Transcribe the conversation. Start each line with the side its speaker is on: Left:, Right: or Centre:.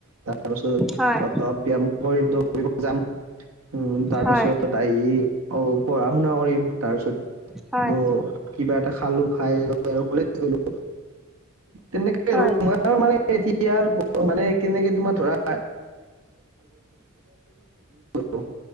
Right: তাৰপিছত
Centre: হয়
Right: অলপ ব্যয়াম কৰিম দৌৰিব যাম। উম তাৰ
Centre: হয়
Right: পাছত আহি অ পঢ়া শুনা কৰিম তাৰ পিছত
Centre: হয়
Right: অ কিবা এটা খালো খাই আৰু কলেজ গলোঁ তেনেকে
Centre: হয়
Right: আৰু মই আৰু মানে এতিয়া মানে কেনেকে তোমাৰ ধৰা <unintelligible> অ